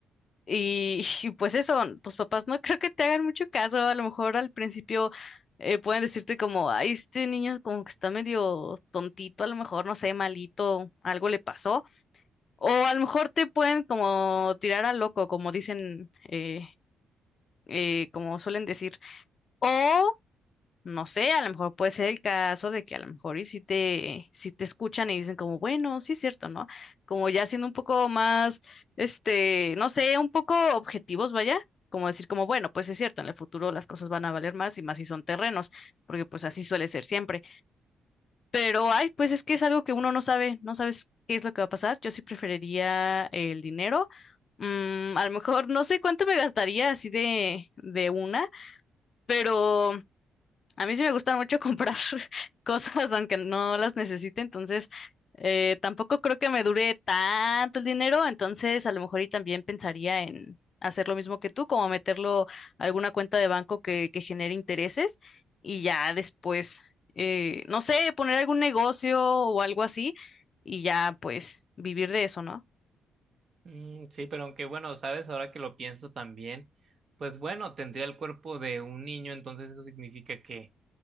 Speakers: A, on the left; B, on the right.
A: y, <laughs> y pues eso, tus papás no creo que te hagan mucho caso, a lo mejor al principio eh, pueden decirte como, ay, este niño como que está medio tontito, a lo mejor, no sé, malito, algo le pasó, o a lo mejor te pueden como tirar a loco, como dicen, eh, eh, como suelen decir, o no sé, a lo mejor puede ser el caso de que a lo mejor y si te, si te escuchan y dicen como, bueno, sí es cierto, ¿no? Como ya siendo un poco más, este, no sé, un poco objetivos, vaya, como decir como, bueno, pues es cierto, en el futuro las cosas van a valer más y más si son terrenos, porque pues así suele ser siempre. Pero, ay, pues es que es algo que uno no sabe, no sabes qué es lo que va a pasar. Yo sí preferiría el dinero. Mm, a lo mejor no sé cuánto me gastaría así de, de una, pero... A mí sí me gusta mucho comprar <laughs> cosas aunque no las necesite, entonces eh, tampoco creo que me dure tanto el dinero, entonces a lo mejor y también pensaría en hacer lo mismo que tú, como meterlo a alguna cuenta de banco que, que genere intereses y ya después, eh, no sé, poner algún negocio o algo así y ya pues vivir de eso, ¿no?
B: Mm, sí, pero aunque bueno, sabes, ahora que lo pienso también, pues bueno, tendría el cuerpo de un niño, entonces eso significa que